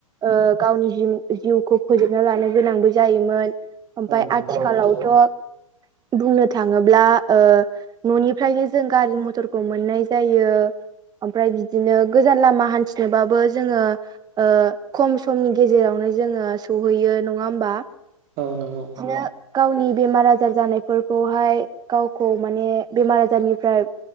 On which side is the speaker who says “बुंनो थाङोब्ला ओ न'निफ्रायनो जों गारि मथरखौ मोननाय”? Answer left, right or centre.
Right